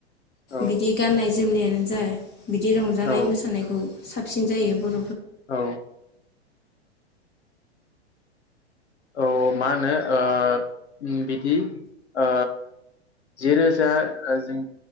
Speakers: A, on the left; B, on the left.
A: औ
B: बिदि गाननाय जोमनायानो <unintelligible> बिदि रंजानाय
A: औ
B: मोसानायखौ साबसिन जायो बर
A: औ। औ मा होनो ओ बिदि ओ जि रोजा जों